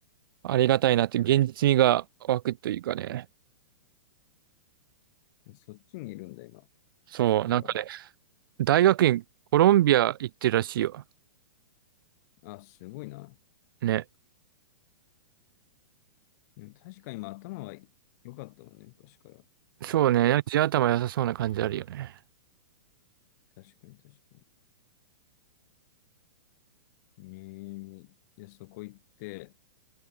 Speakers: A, on the right; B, on the left.
A: ありがたいなって、現実味が湧くというかね。
B: うん。そっちにいるんだ、今
A: そう、
B: からは。
A: なんかね、大学院、コロンビア行ってるらしいよ。
B: あ、すごいな。
A: ね。
B: でも確かに今頭は良かったもんね、昔から。
A: そうね、
B: で
A: 地頭良さそうな感じあるよね。
B: 確かに確かに。えー、じゃあそこ行って、